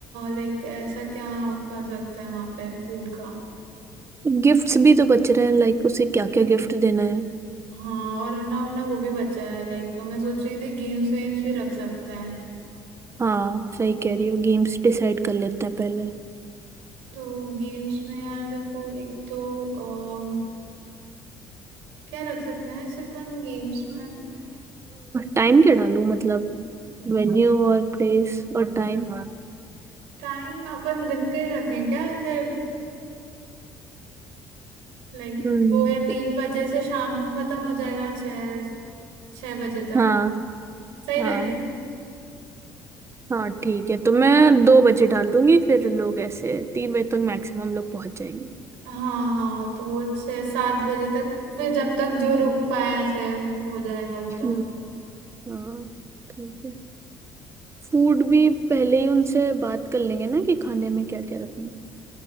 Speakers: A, on the right; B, on the right.
A: लाइक ऐसा क्या कर सकते हैं वहाँ पे फूड का
B: गिफ्ट्स भी तो बच रहे हैं लाइक उसे क्या क्या गिफ्ट देना है
A: हाँ और ना अपना वो भी बचा है लाइक मैं सोच रही थी गेम्स वेम्स भी रख सकते हैं
B: हाँ सही कह रही हो गेम्स डिसाइड कर लेते हैं पहले
A: तो गेम्स में यार देखो एक तो अम, क्या रख सकते हैं ऐसे अपन गेम्स में
B: टाइम क्या डालूं मतलब वेन्यू और प्लेस और टाइम
A: टाइम अपन दिन का ही रखें क्या ऐसे लाइक
B: हम्म
A: दो या तीन बजे से शाम को खत्म हो जाएगा छः छः बजे तक
B: हाँ
A: सही
B: हाँ
A: रहेगा ना
B: हाँ ठीक है तो मैं दो बजे डाल दूंगी फिर लोग ऐसे तीन बजे तक मैक्सिमम लोग पहुंच जाएंगे
A: हाँ हाँ तो वो छः सात बजे तक फिर जब तक जो रुक पाए ऐसे हो जाएगा वो
B: हम्म,
A: तो
B: हाँ ठीक है फूड भी पहले ही उनसे बात कर लेंगे ना कि खाने में क्या क्या रखना है